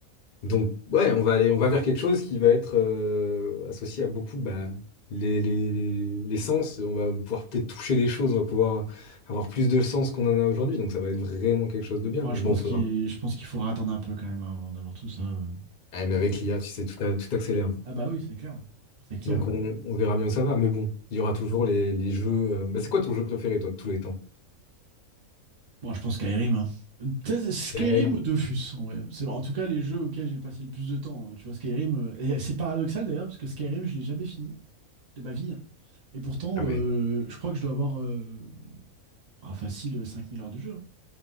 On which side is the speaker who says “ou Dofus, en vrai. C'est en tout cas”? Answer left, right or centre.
Right